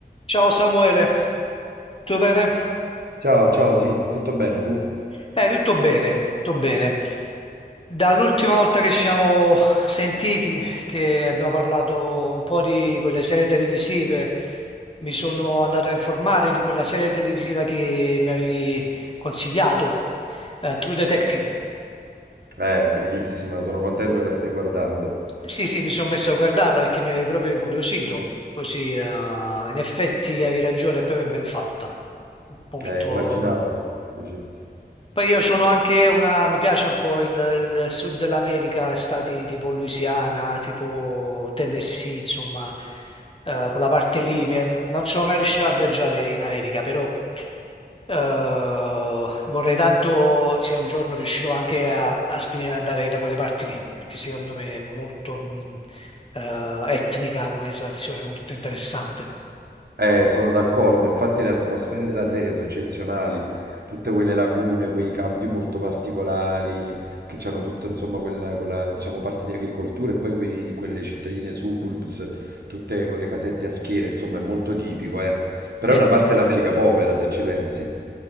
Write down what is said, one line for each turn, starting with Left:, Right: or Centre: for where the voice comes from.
Left: Ciao Samuele, tutto bene?
Right: Ciao, ciao, sì, tutto bene tu?
Left: Eh, tutto bene, tutto bene. Dall'ultima volta che ci siamo sentiti, che abbiamo parlato un po' di quelle serie televisive, mi sono andato a informare di quella serie televisiva che mi avevi consigliato, eh, True Detective.
Right: Eh, bellissima, sono contento che la stai guardando.
Left: Sì, sì, mi sono messo a guardarla perché mi avevi proprio incuriosito, così eh, in effetti avevi ragione, è proprio ben fatta, molto...
Right: Eh, immaginavo ti piacesse.
Left: Poi io sono anche una, mi piace un po' il, il sud dell'America, stati tipo Louisiana, tipo Tennessee, insomma, eh, quella parte lì. Mi è- non sono mai riuscito a viaggiare in America, però eh, vorrei tanto se un giorno riuscirò anche a, a spi- andare da quelle parti lì, che secondo me è molto mh, eh, etnica come situazione, molto interessante.
Right: Eh, sono d'accordo, infatti le atmosfere della serie sono eccezionali, tutte quelle lagune, quei campi molto particolari, che hanno tutta, insomma, quella, quella, diciamo, parte di agricoltura e poi quei- quelle cittadine suburbs, tutte con le casette a schiera, insomma, è molto tipico, eh. Però
Left: Sì.
Right: è una parte dell'America povera, se ci pensi.